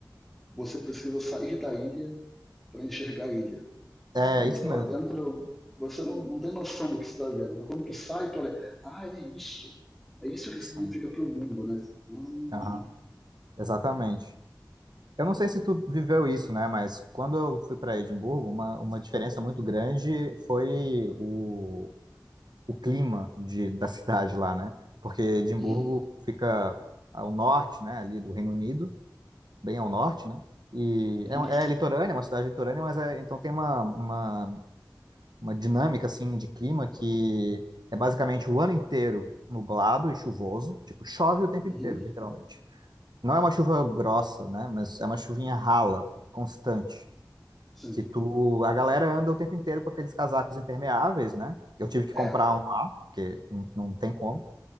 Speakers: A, in the centre; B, on the right (about 70°).
A: você precisa sair da ilha para enxergar a ilha.
B: é
A: Quando
B: isso
A: você está
B: mesmo.
A: lá dentro, você não, não tem noção do que você está vendo, mas quando tu sai, tu olha, ah, é isso. É isso que
B: Sim.
A: significa para o mundo, né? Hum,
B: Aham, exatamente. Eu não sei se tu viveu isso, né? Mas quando eu fui para Edimburgo, uma, uma diferença muito grande foi o, o clima de, da cidade lá, né? Porque Edimburgo
A: uhum,
B: fica ao norte, né? Ali do Reino Unido, bem ao norte, né? E
A: uhum,
B: é, é litorânea, é uma cidade litorânea, mas é, então tem uma, uma, uma dinâmica assim de clima que é basicamente o ano inteiro nublado e chuvoso, tipo, chove o tempo
A: uhum,
B: inteiro, literalmente. Não é uma chuva grossa, né? Mas é uma chuvinha rala, constante.
A: sim.
B: Que tu, a galera anda o tempo inteiro com aqueles casacos impermeáveis, né? Eu tive que
A: É,
B: comprar um lá, porque não, não tem como,